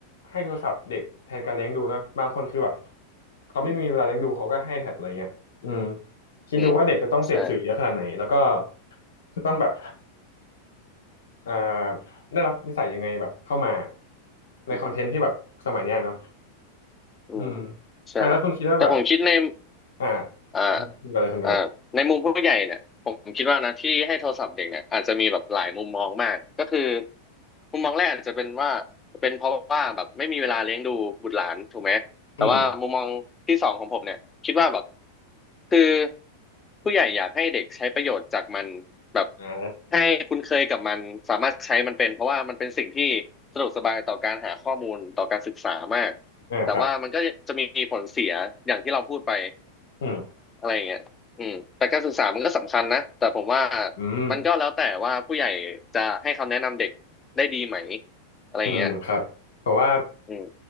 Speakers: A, on the left (about 60°); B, on the left (about 15°).
A: ให้โทรศัพท์เด็กแทนการเลี้ยงดูเนาะบางคนคือแบบเขาไม่มีเวลาเลี้ยงดูเขาก็ให้แทนอะไรเงี้ยอืม
B: อืม
A: คิดดูว่าเด็กจะต้องเสพสื่อเยอะขนาดไหนแล้วก็
B: อืมใช่
A: จะต้องแบบ เอ่อได้รับนิสัยยังไงแบบเข้ามาในคอนเทนต์ที่แบบสมัยเนี้ยเนาะ
B: อืมอืม
A: อืม
B: ใช่
A: อ่าแล้วคุณคิดว่าแบบ
B: แต่ผมคิดใน
A: อ่า
B: อ่า
A: คุณคุณกันเลยคุณกันเลย
B: อ่าในมุมผู้ใหญ่เนี่ยผมคิดว่านะที่ให้โทรศัพท์เด็กเนี่ยอาจจะมีแบบหลายมุมมองมากก็คือมุมมองแรกอาจจะเป็นว่าเป็นเพราะว่าแบบไม่มีเวลาเลี้ยงดูบุตรหลานถูกไหมแต่ว่ามุมมองที่สองของผมเนี่ยคิดว่าแบบ
A: อืม
B: คือผู้ใหญ่อยากให้เด็กใช้ประโยชน์จากมันแบบ
A: อ่า
B: ให้คุ้นเคยกับมันสามารถใช้มันเป็นเพราะว่ามันเป็นสิ่งที่สะดวกสบายต่อการหาข้อมูลต่อการศึกษามาก
A: อ่าครับ
B: แต่ว่ามันก็จะมีผลเสียอย่างที่เราพูดไป
A: อืม
B: อะไรอย่างเงี้ยอืมแต่การศึกษามันก็สำคัญนะ แต่ผมว่า
A: อืม
B: มันก็แล้วแต่ว่าผู้ใหญ่จะให้คำแนะนำเด็กได้ดีไหม อะไรอย่างเงี้ย
A: อืมครับผมว่า
B: อืม